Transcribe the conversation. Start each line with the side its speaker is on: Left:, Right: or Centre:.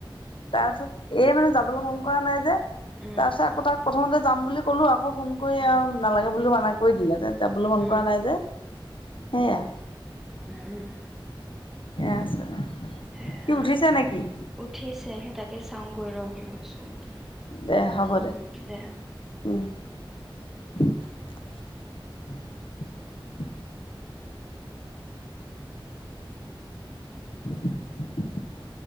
Left: তাৰপিছত, এই মানে, যাবলৈ মন কৰা নাই যে।
Centre: উম,
Left: তাৰপিছত, আকৌ তাক প্ৰথমতে যাম বুলি ক'লো। আকৌ, ফোন কৰি
Centre: উম,
Left: আৰু নালাগে বুলিও মানা কৰি দিলে। যাবলৈ মন
Centre: উম, উম,
Left: কৰা নাই যে! সেয়া,
Centre: উম,
Left: আছে
Centre: সেয়া।
Left: সি উঠিছে নেকি?
Centre: উঠিছে, সেই তাকে চাওঁগৈ ৰহ, মোৰ উম,
Left: দে হ'ব
Centre: দে।
Left: উম <unintelligible> <unintelligible>